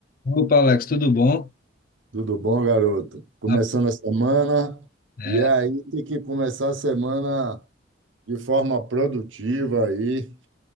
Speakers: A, on the left (about 45°); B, on the right (about 85°).
A: Opa, Alex, tudo bom?
B: Tudo bom, garoto? Começando
A: Ah,
B: a semana,
A: É,
B: e aí tem que começar a semana de forma produtiva aí.